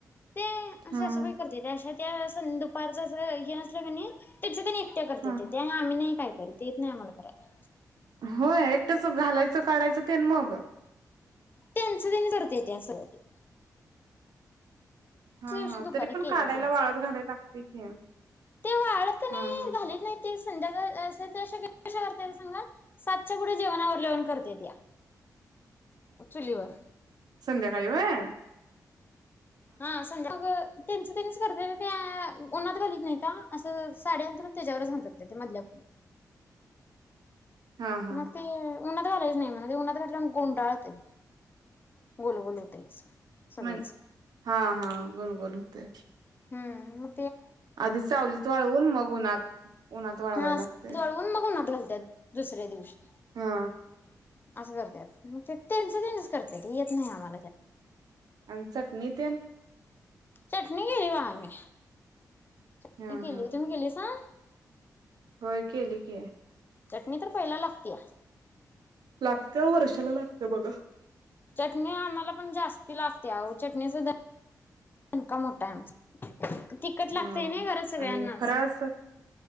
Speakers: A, on the left; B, on the right.
A: ते
B: हा
A: सासूबाई करत्याता अशा त्या आन दुपारच असं हे नसलं की नई म्हणजे त्यंच तेनी ते करत्याता
B: हा
A: त्यामुळ आम्ही नाही काय खरं ते येत नायी आम्हाला करायला.
B: होय एकटच घालायच, काढायच तेन मग?
A: त्यंच तेनी करत्याता सगळं ते.
B: हा
A: दिशी
B: हा
A: दुपारी
B: तरी पण
A: केल्या
B: काढायला
A: त्यानच
B: वाळत घालायला लागते की
A: ते वाळत कनई
B: हा हा
A: घालीत नायी तेच संध्याकाळ <unintelligible> करत्यात सांगा सातच्या पुढे जेवण आवरल्यावर करत्यात्या चुलीवर.
B: संध्याकाळी व्हय?
A: हा संध्या मग त्यांच त्यांनीच करत्यात त्या उनात घालीत नाहीता, असं साडी अंथरून त्याच्यावरच अंथरत्याता मधल्या खोलीत.
B: हा हा
A: मग ते उन्हनात घालायच नाही म्हण उन्हात घातल्या गोंडाळतय. गोल गोल होतय असं.
B: <unintelligible>
A: सगळंच
B: <inaudible>
A: हूँ
B: आधी सावलीत वाळवून मग उन्हात उन्हात वाळवायला
A: हा <unintelligible>
B: लागते
A: चाळवून मग उन्हात <unintelligible> <unintelligible> दुसऱ्या दिवशी
B: हा
A: अस करत्यात मग ते त्यांच त्यानीच करतेत येत नाही आम्हा
B: आण चटणी ते
A: चटणी केली वा मी आम्ही
B: हा
A: केली
B: हा
A: तुम्ही केलीसां?
B: होय केली. <unintelligible>
A: चटणी तर पहीला लागतीया
B: लागत वर्षाला लागतं बघा
A: चटणी आण म पण जास्ती लागते आहो चटणीसुद्धा <unintelligible> मोठ्ठ आहे आमचं तिखट लागतय
B: हा
A: नय घरात सगळ्यांनाच
B: आणि फराळाचं